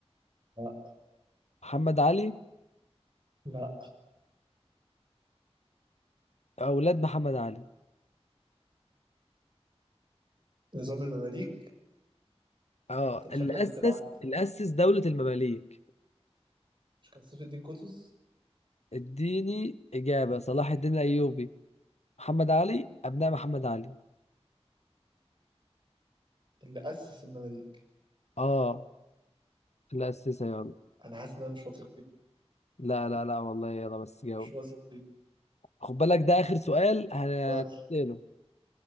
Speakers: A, on the right; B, on the left.
A: لا
B: محمد علي
A: لا
B: أولاد محمد علي
A: نظام المماليك
B: اه
A: انت
B: اللي
A: شكلك بتبقى
B: أسس
A: عارف
B: اللي أسس دولة المماليك
A: مش كان سيف الدين قطز
B: اديني إجابة صلاح الدين الأيوبي محمد علي أبناء محمد علي
A: اللي أسس المماليك
B: اه اللي أسسها يلا
A: أنا حاسس إن أنا مش واثق فيه
B: لا لا لا والله يلا بس جاوب
A: مش واثق فيه
B: خد بالك ده آخر سؤال هنسأله
A: آه،